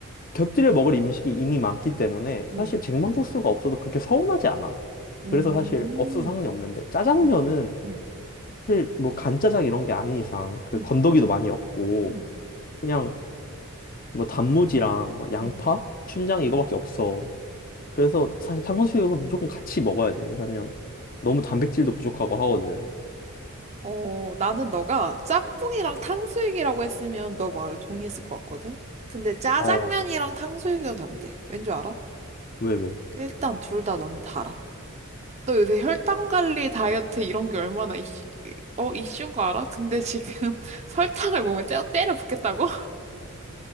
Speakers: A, on the left (about 40°); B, on the right (about 30°).
A: 곁들여 먹을 음식이 이미 많기 때문에 사실
B: 응.
A: 쟁반국수가 없어도 그렇게 서운하지 않아.
B: 음,
A: 그래서 사실 없어도 상관이 없는데 짜장면은
B: 음, 음,
A: 사실 뭐 간짜장 이런 게 아닌 이상 그
B: 음,
A: 건더기도 많이 없고
B: 음,
A: 그냥 뭐 단무지랑 뭐 양파,
B: 음.
A: 춘장 이거밖에 없어. 그래서 사실 탕수육은 무조건 같이 먹어야 돼. 왜냐면 너무 단백질도 부족하고 하거든.
B: 어, 나는 너가 짬뽕이랑 탕수육이라고 했으면 너 말을 동의했을 것 같거든? 근데 짜장면이랑
A: 어,
B: 탕수육은 안 돼. 왠 줄 알아?
A: 왜, 왜?
B: 일단 둘 다 너무 달아. 너 요새 혈당 관리, 다이어트 이런 게 얼마나 이슈, 어, 이슈인 거 알아? 근데 지금 <laughs> 설탕을 몸에 때, 때려 붓겠다고?